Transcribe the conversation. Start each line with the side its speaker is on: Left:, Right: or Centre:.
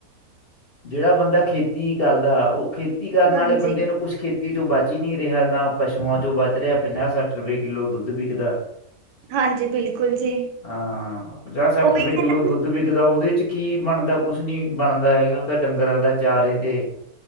Left: ਜਿਹੜਾ ਬੰਦਾ ਖੇਤੀ ਕਰਦਾ ਓਹ ਖੇਤੀ ਕਰਨ
Right: ਹਾਂਜੀ
Left: ਵਾਲੇ ਬੰਦੇ ਨੂੰ ਪੁਛ ਖੇ ਤੀ ਚੋਂ ਬਚ ਹੀ ਨਹੀਂ ਰਿਹਾ' ਨਾ ਪਸੂਆਂ ਚੋਂ ਬਚ ਰਿਹਾ। ਪੰਜਾਹ- ਸੱਠ ਰੁਪਏ ਕਿੱਲੋ ਦੁੱਧ ਵਿਕਦਾ।
Right: ਹਾਂਜੀ, ਬਿਲਕੁਲ ਜੀ।
Left: ਹਾਂ, ਪੰਜਾਹ- ਸੱਠ
Right: ਉਹੀ
Left: ਰੁਪਏ ਕਿੱਲੋ
Right: ਹੈ
Left: ਦੁੱਧ
Right: ਨਾ
Left: ਵਿਕਦਾ। ਉਹਦੇ ਚ' ਕੀ ਬਣਦਾ ਕੁਛ ਨੀ ਬਣਦਾ ਹੈਗਾ। ਤਾਂ ਡੰਗਰਾਂ ਦਾ ਚਾਰੇ ਤੇ'